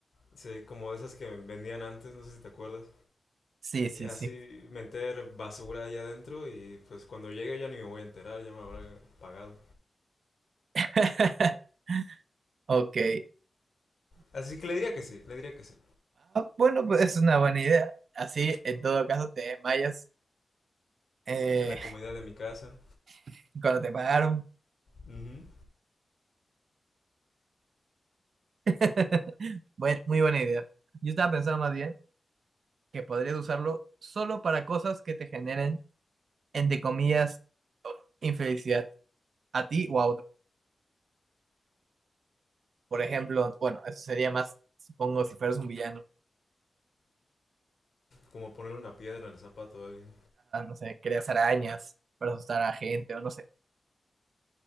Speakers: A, on the left; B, on the right.
A: Sí, como esas que vendían antes, no sé si te acuerdas.
B: Sí, sí.
A: Eh, Así meter basura allá adentro y pues cuando llegue ya ni me voy a enterar, ya me habrá pagado.
B: <laughs> Ok.
A: Así que le diría que sí, le diría que sí.
B: Bueno, pues es una buena idea. Así, en todo caso, te desmayas eh,
A: En la comodidad de mi casa.
B: <laughs> cuando te pagaron.
A: Ujú.
B: <laughs> Buen- muy buena idea. Yo estaba pensando más bien que podrías usarlo solo para cosas que te generen, entre comillas, infelicidad a ti o a otro. Por ejemplo, bueno, eso sería más, supongo, si fueras un villano,
A: Como ponerle una piedra en el zapato a alguien.
B: que creas arañas para asustar a gente o no sé.